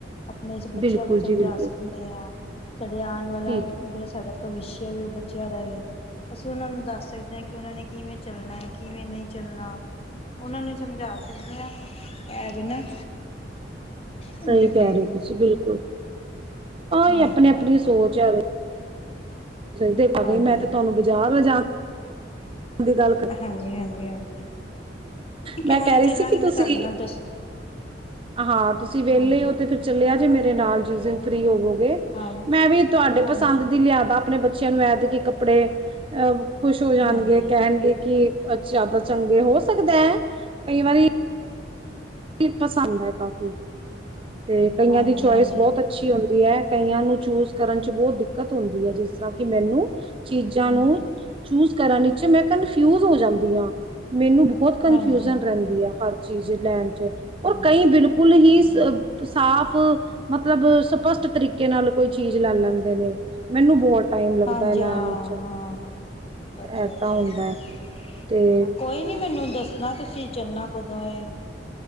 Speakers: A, on the left; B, on the right.
A: ਆਪਣੇ ਬੱਚਿਆਂ
B: ਬਿਲਕੁਲ
A: ਨੂੰ ਸਮਝਾ
B: ਜੀ ਬਿਲਕੁਲ
A: ਸਕਣੇ ਆਂ ਸਾਡੇ ਆਉਣ ਵਾਲਾ
B: ਠੀਕ
A: ਜਿਹੜਾ ਸਾਡਾ ਭਵਿੱਸ਼ਯ ਵ ਉਹ ਬੱਚਿਆਂ ਦਾ ਅਸੀਂ ਉਹਨਾਂ ਨੂੰ ਦੱਸ ਸਕਦੇ ਹਾਂ ਕਿ ਉਹਨਾਂ ਨੇ ਕਿਵੇਂ ਚੱਲਣਾ ਹੈ ਕਿਵੇਂ ਨਹੀਂ ਚੱਲਣਾ ਉਹਨਾਂ ਨੂੰ ਸਮਝਾ ਸਕਦੇ ਹਾਂ ਐ ਬਿ ਨਾ
B: ਸਹੀ
A: ਹੁੰਦੇ
B: ਕਹਿ
A: ਪਏ।
B: ਰਹੇ ਹੋ ਤੁਸੀਂ ਬਿਲਕੁਲ ਹੀ
A: ਹਾਂਜੀ
B: ਆਪਣੀ ਆਪਣੀ
A: ਹਾਂਜੀ
B: ਸੋਚ
A: ਹਾਂਜੀ
B: ਹੈ ਦੇਖਾ
A: ਹਾਂਜੀ
B: ਗਈ ਮੈਂ ਤੇ ਤੁਹਾਨੂੰ ਬਾਜਾਰ ਵ ਜਾ ਕੇਗਾ
A: ਹਾਂਜੀ ਹਾਂਜੀ ਹਾਂਜੀ ਕਿਉਂ
B: ਮੈਂ ਕਹਿ
A: ਨੀ ਚੱਲਾਂਗੀ
B: ਰਹੀ ਸੀ ਕਿ
A: ਮੈਂ
B: ਤੁਸੀਂ
A: ਤੁਹਾਡੇ ਨਾਲ ਦੱਸ
B: ਹਾਂ ਤੁਸੀਂ ਵਿਹਲੇ
A: ਹਾਂਜੀ
B: ਹੋ ਤੇ ਫਿਰ ਚੱਲਿਆ ਜੇ ਮੇਰੇ ਨਾਲ ਜਿਸ ਦਿ ਫਰੀ ਹੋਵੋ
A: ਹਾਂਜੀ,
B: ਮੈਂ ਵੀ ਤੁਹਾਡੇ
A: ਹਾਂਜੀ,
B: ਪਸੰਦ ਦੀ ਲਿਆਦਾ ਆਪਣੇ ਬੱਚੇ ਬੱਚਿਆਂ ਨੂੰ ਐਦ ਕੇ ਕੱਪੜੇ ਅਹ ਖੁਸ਼ ਹੋ ਜਾਣਗੇ
A: ਹਾਂਜੀ
B: ਕਹਿਣਗੇ ਕਿ ਜ਼ਿਆਦਾ ਚੰਗੇ ਹੋ ਸਕਦਾ ਹੈ ਕਈ ਵਾਰੀ ਪਸੰਦ ਹੈ ਕਾਫੀ ਤੇ ਕਈਆਂ
A: ਹਾਂਜੀ,
B: ਦੀ ਚੁਆਇਸ
A: ਹਾਂਜੀ।
B: ਬਹੁਤ ਅੱਛੀ ਹੁੰਦੀ ਹੈ ਕਈਆਂ ਨੂੰ ਚੂਸ ਕਰਨ ਚ ਬਹੁਤ ਦਿੱਕਤ ਹੁੰਦੀ ਹੈ ਜਿਸ ਕਿ ਮੈਨੂੰ ਚੀਜ਼ਾਂ
A: ਹੂੰ,
B: ਨੂੰ ਚੂਸ ਕਰਾਂ ਮੈਂ ਕਨਫਿਊਜ ਹੋ ਜਾਂਦੀ ਹਾਂ ਮੈਨੂੰ ਬਹੁਤ ਕੰਨਫਿਊਜਨ
A: ਹਾਂਜੀ, ਹਾਂਜੀ,
B: ਰਹਿੰਦੀ ਹੈ ਹਰ ਚੀਜ਼ ਨਿਜ਼ੀਲੈਂਡ ਰ
A: ਹੂੰ,
B: ਕਈ ਬਿਲਕੁਲ ਹੀ
A: ਹੂੰ।
B: ਅ ਸਾਫ਼ ਮਤਲਬ ਸਪਸ਼ਟ ਤਰੀਕੇ ਨਾਲ ਕੋਈ ਚੀਜ਼ ਲੈ ਲੈਂਦੇ ਨੇ ਮੈਨੂੰ ਬਹੁਤ ਟਾਈਮ ਲੱਗਦਾ
A: ਹਾਂਜੀ
B: ਹੈ ਲੈਣ
A: ਹਾਂ
B: ਵਿੱਚ
A: ਹਾਂ ਹਾਂ ਅੱਛਾ
B: ਏਦਾਂ
A: ਅੱਛਾ
B: ਹੁੰਦਾ ਹੈ ਤੇ
A: ਕੋਈ ਨੀ ਮੈਨੂੰ ਦੇਖਣਾ ਫਿਰ ਚੱਲਣਾ ਕੁਦੋਂ ਹੈ